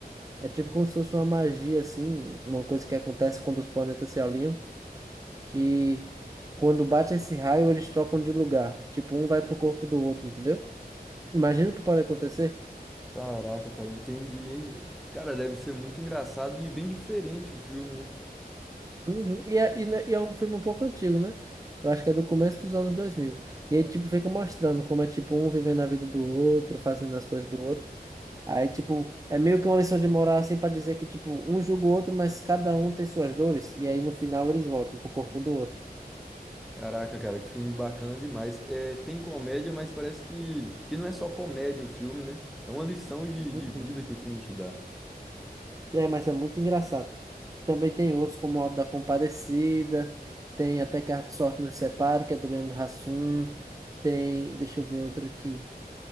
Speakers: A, on the right (about 20°); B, in the centre.
A: É tipo como se fosse uma magia, assim, uma coisa que acontece quando os planetas se alinham, que quando bate esse raio, eles trocam de lugar. Tipo, um vai pro corpo do outro, entendeu? Imagina o que pode acontecer.
B: Caraca, cara, entendi, hein? Cara, deve ser muito engraçado e bem diferente o filme, né?
A: Uhum. E, é, e, né, e é um filme um pouco antigo, né? Eu acho que é do começo dos anos dois mil E aí, tipo, fica mostrando como é, tipo, um vivendo a vida do outro, fazendo as coisas do outro. Aí, tipo, é meio que uma lição de moral, assim, pra dizer que, tipo, um julga o outro, mas cada um tem suas dores. E aí, no final, eles voltam pro corpo do outro.
B: Caraca, cara, que filme bacana demais. É, tem comédia, mas parece que, que não é só comédia o filme, né? É uma lição de,
A: Uhum.
B: de vida que o filme te dá.
A: É, mas é muito engraçado. Também tem outros, como o Auto da Compadecida. Tem até que a sorte nos separe, que é do Leandro Hassum. Tem, deixa eu ver outro aqui.